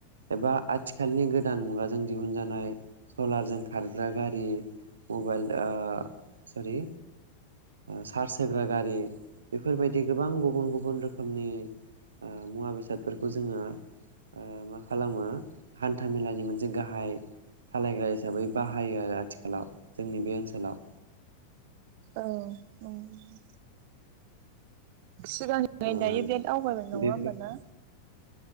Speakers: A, on the right; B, on the right.
A: एबा आथिखालनि गोदान मुगाजों दिहुनजानाय सलारजों खारग्रा गारि मबाइल ओ सरि चार्स होग्रा गारि बेफोरबायदि गोबां गुबुन गुबुन रोखोमनि ओ मुवा बेसादफोरखौ जोङो ओ मा खालामो हान्था मेलानि मोनसे गाहाय सालायग्रा हिसाबै बाहायो आरो आथिखालाव जोंनि बे ओनसोलाव।
B: औ <unintelligible> सिगांनिफ्राय
A: ओ
B: दायो बिराद आवगायनाय नङा
A: बेफोर
B: होमबा ना?